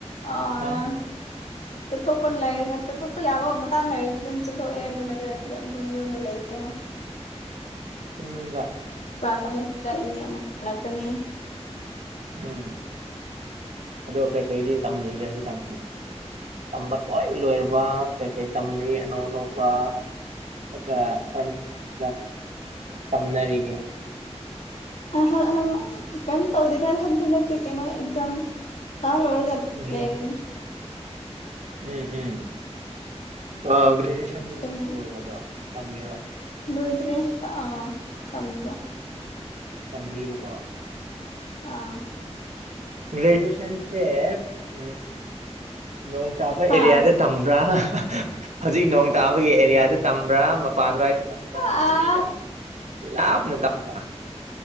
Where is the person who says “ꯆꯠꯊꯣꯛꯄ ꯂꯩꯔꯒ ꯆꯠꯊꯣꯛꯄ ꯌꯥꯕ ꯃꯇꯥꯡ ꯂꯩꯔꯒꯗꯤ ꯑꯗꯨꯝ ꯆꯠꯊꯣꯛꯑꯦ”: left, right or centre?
Left